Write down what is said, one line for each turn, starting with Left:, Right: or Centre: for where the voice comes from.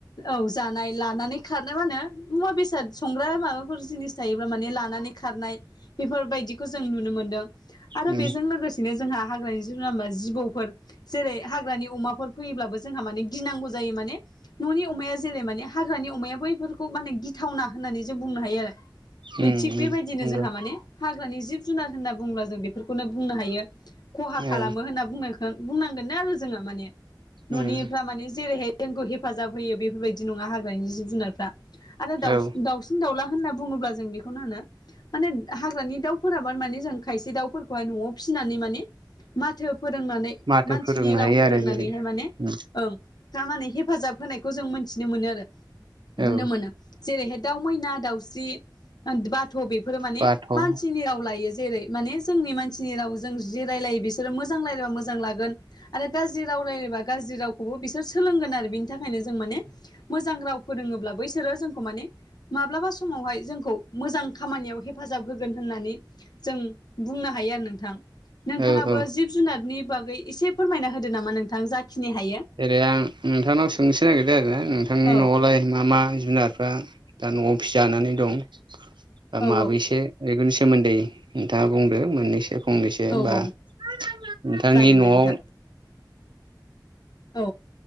Left: औ जानाय लानानै खारनाय माहोनो मुवा बेसाद संग्रा माबा बेफोर जिनिस थायोब्ला माने लानानै खारनाय बेफोरबायदिखौ जों नुनो मोन्दों। आरो
Right: उम
Left: बेजों लोगोसेनो जोंहा हाग्रानि जिब जुनार होनबा जिबौफोर जेरै हाग्रानि अमाफोर फैयोब्लाबो जोंहा माने गिनांगौ जायो माने न'नि अमाया जेरै माने हाग्रानि अमाया बैफोरखौ माने गिथावना होननानै जों बुंनो हायो।
Right: उम
Left: बे थिग बेबायदिनो
Right: उम नंगौ
Left: जोंहा माने हाग्रानि जिब जुनार होनना बुङोब्ला जों बेफोरखौनो बुंनो हायो। खहा खालामो
Right: औ
Left: होनना बुंनायखौ बुंनांगोनो आरो जोङो माने न'निफ्रा
Right: उम
Left: माने जेरैहाय जोंखौ हेफाजाब होयो बेफोरबायदि नङा हाग्रानि जिब जुनारफ्रा आरो दाउसिन
Right: औ
Left: दाउसिन दाउला होनना बुङोब्ला जों बेखौनो होनो माने हाग्रानि दाउफोराबा माने जों खायसे दाउफोरखौहाय न'आव फिसिनानै माने माथो फोरोंनानै
Right: माथो
Left: मानसिनि
Right: फोरोंनो
Left: राव
Right: हायो
Left: फोरोंनानैहाय
Right: आरो जेरै
Left: माने
Right: उम
Left: ओं लानानै हेफाजाब होनायखौ जों मोनथिनो मोनो आरो नुनो
Right: औ
Left: मोनो जेरैहाय दाउ मैना दाउ सावस्रि बाथ' बेफोरो माने
Right: बाथ' औ
Left: मानसिनि राव लायो। जेरै माने जोंनि मानसिनि रावजों जि रायलायो बिसोरो मोजां रायलायबा मोजां लागोन। आरो गाज्रि राव रायलायबा गाज्रि रावखौबो बिसोर सोलोंगोन आरो बिनि थाखायनो जों माने मोजां राव फोरोङोब्ला बैसोरो जोंखौ माने माब्लाबा समावहाय जोंखौ मोजां खामानियाव हेफाजाब होगोन होननानै जों बुंनो हायो आरो नोंथां। नोंथाङाबो
Right: औ
Left: जिब जुनारनि बागै एसे फोरमायना होदो नामा नोंथां जाखिनि हायो?
Right: जेरै आं नोंथांनाव सोंनोसो नागिरदों आरो नोंथांनि
Left: औ
Right: न'आवलाय मा मा जुनार रा दा न'आव फिजानानै दं दा
Left: औ
Right: माबैसे बेफोरनि सोमोन्दै नोंथाङा बुंदो मोननैसो? फंनैसो
Left: औ
Right: बा
Left: औ
Right: नोंथांनि
Left: जागोन दे
Right: न'आव
Left: नोंथां औ